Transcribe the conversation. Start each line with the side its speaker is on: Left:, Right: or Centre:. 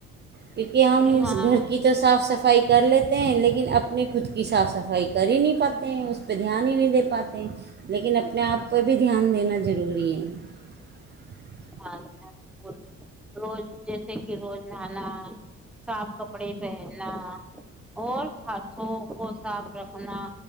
Right: کیونکہ ہم
Centre: جی ہاں
Right: گھر کی تو صاف صفائی <unintelligible> کر لیتے ہیں لیکن اپنی خود کی صاف صفائی کر ہی نہیں پاتے ہیں اس پہ دھیان ہی نہیں دے پاتے ہیں لیکن اپنے آپ پہ بھی دھیان دینا ضروری ہے <unintelligible>
Centre: ہاں <inaudible> روز <inaudible> جیسے کہ روز نہانا صاف کپڑے پہننا اور ہاتھوں کو صاف رکھنا